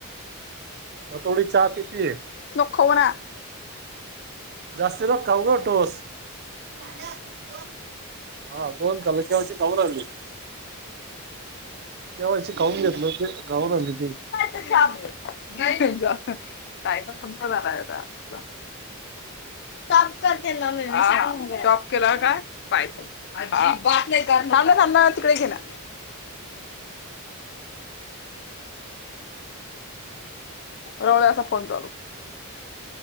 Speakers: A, on the right; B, on the left.
A: अ थोडी चहा पितीय.
B: कोरा.
A: जास्त बघ खाऊ ग टोस. <unintelligible> केव्हाच त गावडली त.
B: काय सज बा बा टॉप करते ना टॉप केला काय फाय. थांबा थांबा तिकडे गेला. रवळ फोन चालू.